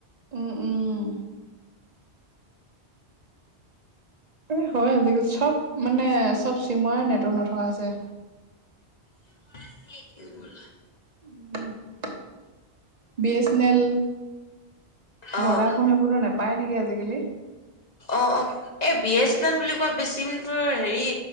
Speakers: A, on the right (about 40°); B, on the left (about 40°).
A: উম উম। এ হয় আজিকালি চব, মানে চব চিমৰে নেটৱৰ্ক নথকা হৈছে।
B: <inaudible>
A: <inaudible> বি এ চেনেল, ভডা
B: অ',
A: ফোন সেইবোৰতো নাপায় নেকি আজিকালি।
B: অ অ, এই বি এ চেনেল বুলি কোৱা বেচিম তোৰ হেৰি।